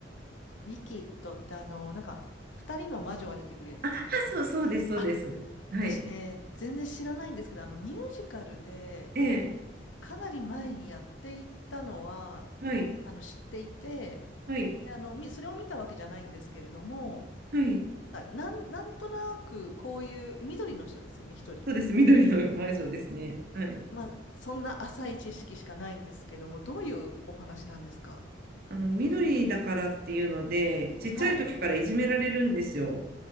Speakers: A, on the left; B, on the right.
A: ウィキッドってあの、なんか、二人の魔女が出てくるやつですか
B: あ、そう、そうです、そうです。
A: あ、
B: はい。
A: 私ね、全然知らないんですけど、あの、ミュージカルで、
B: ええ、
A: かなり前にやっていたのは、
B: はい、
A: あの、知っていて、
B: はい、
A: であの、みそれを見たわけじゃないんですけれども、
B: はい。
A: なんか、なん、なんとなくこういう緑の人ですよね、一人。
B: そうです、緑の魔女ですね。はい。
A: まあ、そんな浅い知識しかないんですけども、どういうお話なんですか
B: あの、緑だからっていうので、ちっちゃい時からいじめられるんですよ。
A: はい。